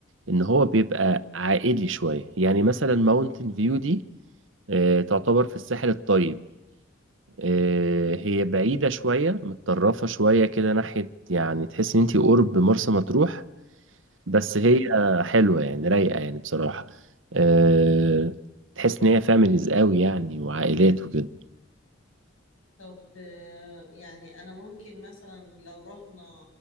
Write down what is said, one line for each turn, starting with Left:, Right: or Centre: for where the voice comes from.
Right: ان هو بيبقى عائلي شوية يعني مثلا ماونتن فيو دي آه تعتبر في الساحل الطيب آه، هي بعيدة شوية متطرفة شوية كده ناحية يعني تحس ان انتي قرب مرسى مطروح بس
Left: مم.
Right: هي حلوة يعني رايقة يعني بصراحة آه، تحس ان هي فاميليز قوي يعني وعائلات وكده
Left: طب آه، يعني أنا ممكن مثلا لو رحنا